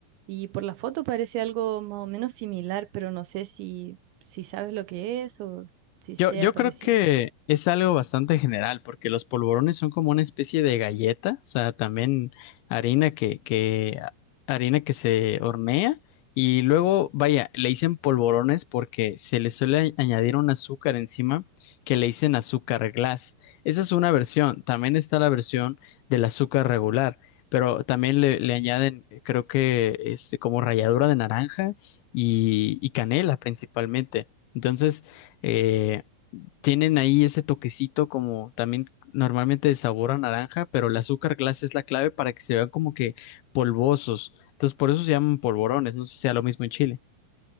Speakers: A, on the right; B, on the left.
A: y por la foto parece algo más o menos similar, pero no sé si, si sabes lo que es o si
B: Yo,
A: sea
B: yo
A: parecido.
B: creo que es algo bastante general, porque los polvorones son como una especie de galleta, o sea, también harina que, que, harina que se hornea, y luego, vaya, le dicen polvorones porque se le suele añadir un azúcar encima que le dicen azúcar glass. Esa es una versión, también está la versión del azúcar regular, pero también le, le añaden, creo que este, como ralladura de naranja y, y canela principalmente. Entonces, eh, tienen ahí ese toquecito como también normalmente de sabor a naranja, pero el azúcar glass es la clave para que se vean como que polvosos. Entonces, por eso se llaman polvorones. No sé si sea lo mismo en Chile.